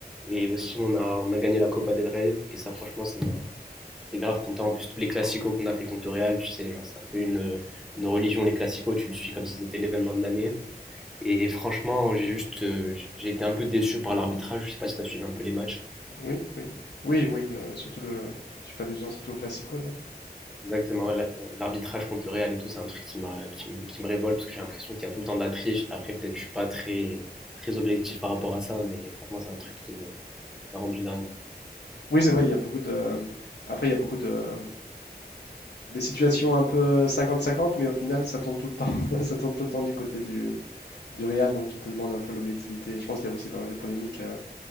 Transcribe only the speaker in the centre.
Et aussi, on a, on a gagné la Copa del Rey. Et ça, franchement, ça m'a. J'étais grave content. En plus, tous les classicos qu'on a fait contre le Real, tu sais, genre, c'est un peu une, une religion, les classicos. Tu le suis comme si c'était l'événement de l'année. Et franchement, j'ai juste. euh, J'ai été un peu déçu par l'arbitrage. Je sais pas si tu as suivi un peu les matchs.
Exactement. ouais, L'arbitrage contre le Real et tout, c'est un truc qui m'a, qui, me- qui me révolte parce que j'ai l'impression qu'il y a tout le temps de la triche. Après, peut-être je suis pas très, très objectif par rapport à ça, mais franchement, c'est un truc qui me m'a rendu dingue.